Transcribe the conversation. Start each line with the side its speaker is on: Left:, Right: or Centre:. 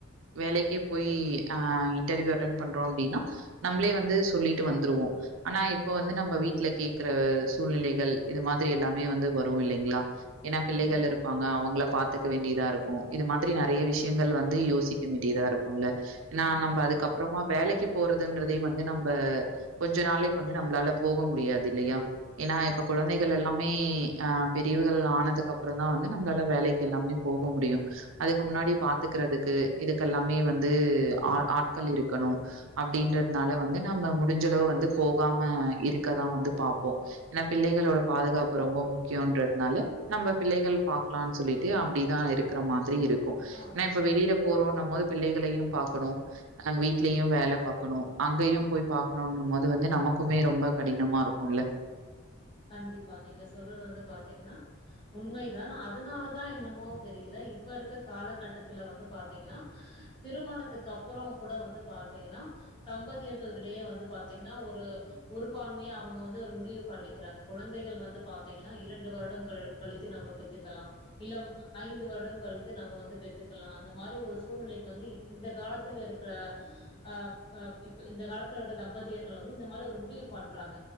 Right: வேலைக்கே போய் அ இன்டர்வியூ அட்டன் பண்றோ அப்டினா நம்ளே வந்து சொல்லிட்டு வந்துருவோ அனா இப்போ வந்து நம்ப வீட்ல கேக் க்ற சூழ்நிலைகள் இது மாதிரி எல்லாமே வந்து வரு இல்லிங்ளா எனாப் பிள்ளைகள்
Left: ஆமா
Right: இருப்பாங்க அவங்ளப் பாத்துக்க வேண்டியதா இருக்கு இது மாதிரி நெறைய விஷ்யங்கள் வந் து யோசிக்க வேண்டியதா இருக்குல்ல நா நம்ப
Left: ஆமா
Right: அதுக்கப்றமா வேலைக்குப் போறதுன்றதே வந்து நம்ப கொஞ்ச நாளைக் வந்து நம்ளாலப் போக முடியாது இல்லியா எனா இப்ப
Left: ஆமா
Right: குழந்தைக் கள் எல்லாமே அ பிரிவுகள் ஆனதுக்கப்றந்தா வந்து நம்ளால வேலைக்கெல்லாமே போக முடியு அதுக்கு முன்னாடி பாத்துக்றதுக்கு இதுக்கெல்லாமே வந்து ஆ ஆட்கள் இருக்கணு அப்டின்றத்னால வந்து நம்ம முடிஞ்சளவு வந்து போகாம இருக்கதா வந்து பாப்போ எனாப் பிள்ளைகளோட பாதுகாப்பு ரொம்ப முக்கியோன்றத்னால நம்ப பிள்ளைகள் பாக்லான் சொல்லிட்டு அப்டிதா இருக்ற மாதிரி இருக்கு
Left: ஆமா
Right: நா இப்ப வெளிலப் போறோன்னும்மோது பிள்ளைகளையும் பாக்கணு அங் வீட்லியு வேலப் பாக்கணு அங்கயும் போய் பாக்கணுன்னும்மோது வந்து நமக்குமே ரொம்பக் கடினமா இருக்குல்ல
Left: கண்டிப்பா நீங்க சொல்றது வந்து பாத்தீங்னா உண்மைதான் அதனாலதா என்னமோ தெரியல இப்ப இருக்க காலகட்டத்துல வந்து பாத்தீங்கினா திருமணத்துக்கு அப்றோங் கூட வந்து பாத்தீங்கினா தம்பதியர்கள்கிடையே வந்து பாத்தீங்னா ஒரு ஒருபான்மைய அவுங்க வந்து ஒரு முடிவுப் பண்ணிக் கிறாங்க குழந்தைகள் வந்து பாத்தீங்கனா இரண்டு வருடம் கழட் கழித்து நம்ப பெத்துக்கலா இல்லம் ஐந்து வருடம் கழித்து நம்ப வந்து பெத்துக்கலா அந்த மாரி ஒரு சூழ்நிலைக்கு வந்து இப் இந்த காலத்துல இருக்ற அ ப இப்ப இந்த காலத்துல இருக்க தம்பதியர்கள் வந்து இந்த மாரி ஒரு முடிவுப் பண்றாங்க